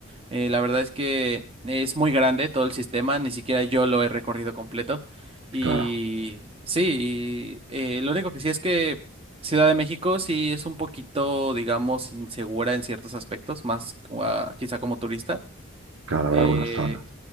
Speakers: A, on the right (about 25°); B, on the right (about 65°).
A: Eh, la verdad es que es muy grande todo el sistema, ni siquiera yo lo he recorrido completo. Y
B: Claro,
A: sí, y, eh, lo único que sí es que Ciudad de México sí es un poquito, digamos, insegura en ciertos aspectos, más como a- quizá como turista.
B: claro, habrá
A: Eh,
B: algunas zonas.